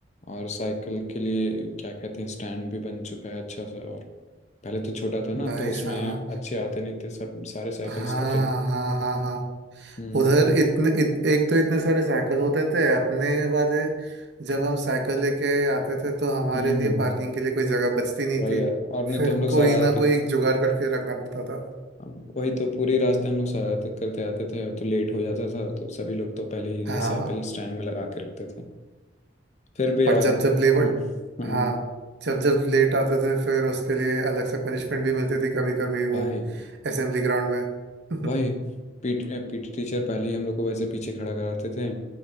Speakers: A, on the left; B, on the right.
A: और साइकिल के लिए क्या कहते हैं स्टैंड भी बन चुका है अच्छा सा और पहले तो छोटा था ना
B: भाई
A: तो उसमें
B: साहब
A: अच्छे आते नहीं थे सब सारे साइकिल्स
B: हाँ
A: आते नहीं
B: हाँ हाँ हाँ
A: थे। हम्म
B: उधर इतने इत, एक तो इतने सारे साइकिल होते थे अपने वाले जब हम साइकिल लेके आते थे तो हमारे
A: हम्म
B: लिए
A: हम्म,
B: पार्किंग के लिए कोई जगह बचती नहीं
A: वही
B: थी
A: यार और नहीं
B: फिर
A: तो हम लोग शरारती
B: कोई ना कोई
A: के
B: एक जुगाड़ करके रखना पड़ता था
A: अब वही तो पूरी रास्ते हम लोग शरारत करते आते थे तो लेट हो जाता था तो सभी लोग तो पहले ही
B: हाँ
A: साइकिल स्टैंड में लगा के रखते थे फिर भी
B: और
A: यार
B: जब जब लेबर
A: हाँ हाँ
B: हाँ जब जब लेट आते थे फिर उसके लिए अलग से पनिशमेंट भी मिलती थी कभी कभी वो
A: भाई
B: असेंबली ग्राउंड में
A: वही
B: <laughs>
A: पीट पीटी टीचर पहले ही हम लोग को वैसे पीछे खड़ा कराते थे